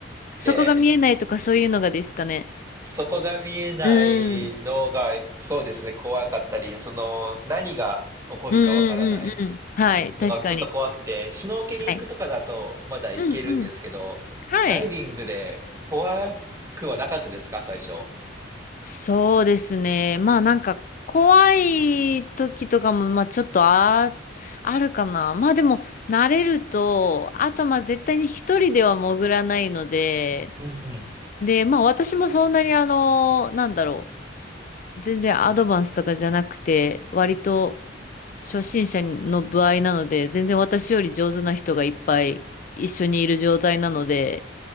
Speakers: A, on the right; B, on the left.
A: くて、
B: そこが見えないとかそういうのがですかね。
A: そこが見えないのが、
B: うん。
A: そうですね、怖かったり、その、何が起こるかわからない
B: うんうんうんうん。はい、
A: のがちょっと怖くて、
B: 確かに。
A: シュノーケリングとかだとまだいけるんですけど、
B: はい。うんうん。はい。
A: ダイビングで怖くはなかったですか、最初。
B: そうですね。まあなんか怖い時とかもまあちょっとあ、あるかな。まあでも慣れると、あとまあ絶対に一人では潜らないので、
A: うんうん。
B: で、まあ私もそんなにあの、なんだろう。全然アドバンスとかじゃなくて、割と初心者の歩合なので、全然私より上手な人がいっぱい一緒にいる状態なので、